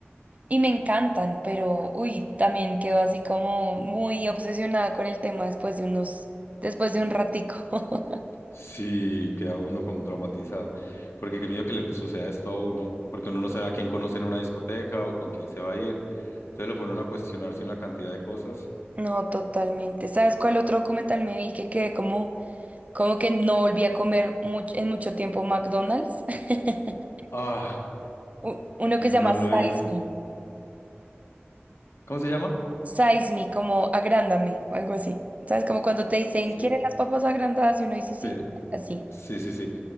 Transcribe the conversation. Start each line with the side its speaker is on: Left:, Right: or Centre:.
Right: y me encantan, pero uy, también quedo así como muy obsesionada con el tema después de unos, después de un ratico. <laughs>
Left: sí, queda uno como traumatizado, porque qué miedo que le suceda esto a uno, porque uno no sabe a quién conoce en una discoteca o con quién se va a ir. Entonces lo pone uno a cuestionarse una cantidad de cosas.
Right: No, totalmente. ¿Sabes cuál otro documental me vi que quedé como, como que no volví a comer much- en mucho tiempo McDonald's? <laughs>
Left: Ah,
Right: U- Uno que
Left: no
Right: se llama Size
Left: lo he visto.
Right: Me.
Left: ¿Cómo se llama?
Right: Size me, como agrándame o algo así. ¿Sabes? Como cuando te dicen,
Left: Sí,
Right: ¿quieren las papas agrandadas? Y uno dice,
Left: sí,
Right: sí, así.
Left: sí, sí, sí,